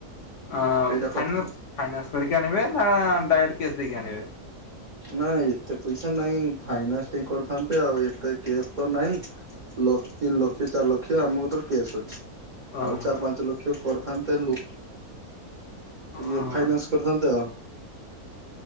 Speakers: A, on the left; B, on the right.
A: ହଁ
B: ସେଇଟା କଥା
A: ଫାଇନା ଫାଇନାନ୍ସ କରିକି ଆଣିବେ ନା ଡାଇରେକ୍ଟ କ୍ୟାସ୍ ଦେଇକି ଆଣିବେ।
B: ନା ଏତେ ପଇସା ନାହିଁ ଫାଇନାନ୍ସ ଟେ କରିଥାନ୍ତେ ଆଉ ଏତେ କେ୍ୟାସ୍ ତ ନାହିଁ। ଲକ୍ଷ ତିନି ଲକ୍ଷ ଚାରି ଲକ୍ଷ ଆମ କତିରେ କ୍ୟାସ୍ ଅଛି।
A: ଓହୋ
B: ଆଉ ଚାରି ପାଞ୍ଚ ଲକ୍ଷ କରିଥାନ୍ତେ ଲ ଇଏ
A: ହଁ
B: ଫାଇନାନ୍ସ କରିଥାନ୍ତେ ଆଉ।